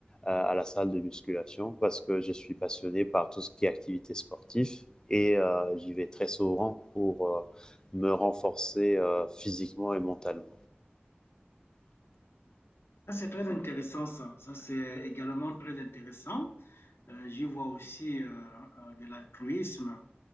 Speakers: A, on the left; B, on the left.
A: euh, à la salle de musculation parce que je suis passionné par tout ce qui est activité sportive et euh, j'y vais très souvent pour euh, me renforcer euh, physiquement et mentalement.
B: Ça, c'est très intéressant, ça. Ça, c'est également très intéressant. Euh, j'y vois aussi euh, euh, de l'altruisme,